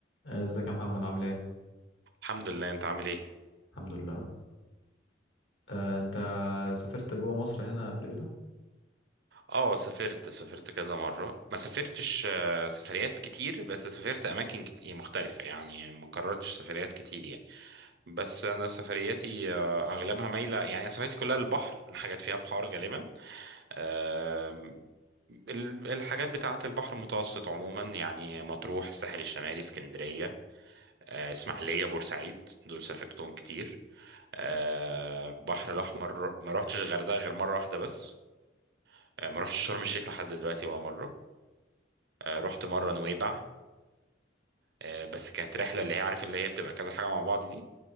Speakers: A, on the left; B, on the right.
A: آه، ازيك يا محمد عامل ايه؟
B: الحمد لله انت عامل ايه
A: الحمد لله آه، انت سافرت جوه مصر هنا قبل كده؟
B: اه سافرت سافرت كذا مرة ما سافرتش آه، سفريات كتير بس سافرت اماكن كتير مختلفة يعني ما كررتش سفريات كتير يعني بس انا سفرياتي آه، اغلبها مايلة يعني سفرياتي كلها للبحر الحاجات فيها بحار غالبا آم، ال- الحاجات بتاعة البحر المتوسط عموما يعني مطروح الساحل الشمالي اسكندرية آه، اسماعيلية بورسعيد دول سافرتهم كتير آه، البحر الأحمر ما رحتش الغردقة غير مرة واحدة بس آه، ما رحتش شرم الشيخ لحد دلوقتي ولا مرة آه، رحت مرة نويبع آه، بس كانت رحلة اللي هي عارف اللي هي بتبقى كذا حاجة مع بعض دي